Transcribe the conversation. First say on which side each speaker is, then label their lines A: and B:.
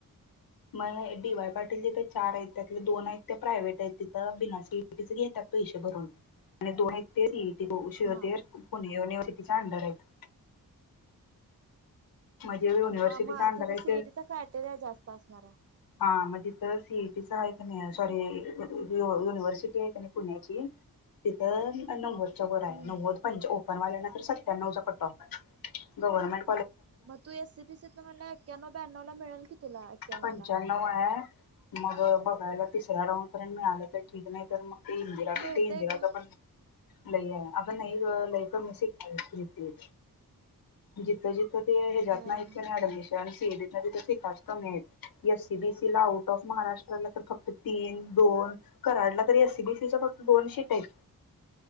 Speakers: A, on the left; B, on the right.
A: मग डी वाय पाटील तिथं चार आहेत, त्यातली दोन आहेत ते प्रायव्हेट आहेत, तिथं बिना सी ई टीच घेतात पैसे भरून आणि दोन आहेत ते सी ई <unintelligible>
B: हा
A: अंडर आहेत. म्हणजे युनिव्हर्सिटीच्या
B: मामा
A: अंडर
B: तिथ
A: आहे
B: सी
A: ते
B: ई टीचा कायटेरिया जास्त असणार आहे.
A: हा म तिथं सी ई टीचं आहे का नाही सॉरी युव युनिव्हर्सिटी आहे का नाही पुण्याची तिथं नव्वद च्या वर आहे
B: हम्म
A: नव्वद पंच ओपनवल्या ना. सत्याण्णवचा पण टॉप आहे गव्हर्मेंट.
B: मग तू एसीबीसीतन म्हणल्याव एक्क्याण्णव ब्याण्णोला मिळेल की तुला. एक्क्याण्णव
A: पंचान्नव
B: ला
A: आहे म. बघायला तिसरा राऊंड पर्यंत मीळालं तर ठीक नाही तर मग. तिन तेरा
B: मिळतय
A: तिनतेराचापण
B: ग
A: लई आहे अग नाही ग लई पण अस घेते जिथं जि तर ते ह्याच्यात
B: काय
A: नाहीत कनाय ऍडमिशन्स केली तरी ती खास कमी आहेत. एससीबीसीला आउट ऑफ महाराष्ट्राला तर फक्त तीन दोन कराडला तर एससीबीसीच्या फक्त दोन शीट आहेत.